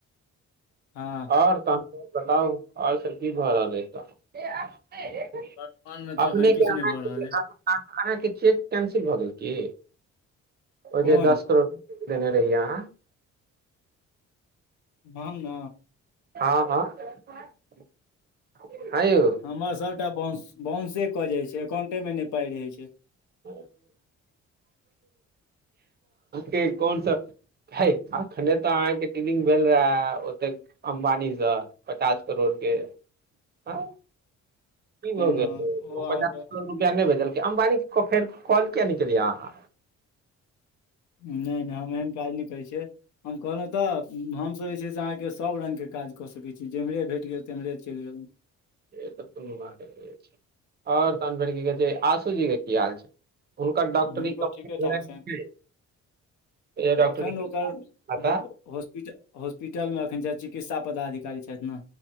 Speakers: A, on the left (about 75°); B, on the right (about 35°).
A: हँ
B: आओर त बताऊ आर सब की भ रहल रहलैक?
A: वर्तमानमे तऽ
B: अपनेके
A: एखन किछु
B: अहाँके
A: नहि भऽ रहल
B: जे
A: अइ
B: अहाँके चेक कैंसिल भऽ गेल की? ओ
A: कोन
B: जेे दस करो देने रहियई अहां
A: अहम न
B: हँ हँ हँ यौ
A: हमर सभटा बाउंस बाउंसे कऽ जाई छै। काउंटे मे नहि पाई रहे छै। काउं
B: <unintelligible> के कोनसभ हई अखने तऽ अहाँके डीलिंग भेल रहए ओतेक अम्बानीसँ, पचास करोड़के आं की
A: तैँ
B: भऽ
A: ने
B: गेल? ओ
A: अहाँके
B: पचास करोड़ रुपया नहि भेजलकै अम्बानी को फेर कॉल किया नहि केलियई अहां
A: नहि नहि हम एहन काज नहि करै छियै। हम कहलहुँ तऽ हमसभ जे छै से अहाँके सभ रङ्गके काज कऽ सकै छी जेम्हरे भेट गेल तेम्हरे चलि गेलहुँ।
B: से त कोनो बात नै छै। आओर तहन फेर की कहै छै आशूजी के की हाल छै? हुनकर डॉक्टरी
A: हुनको
B: कम्प्लीट
A: ठीकेठाक
B: भेलनि
A: छनि,
B: की नहि डॉक्टरी
A: अखनि
B: के
A: ओकर
B: खाता
A: हाॅ हाॅस्पीटल हाॅस्पीटल में अखनि छैथ चिकित्सा पदाधिकारी छैथि ने।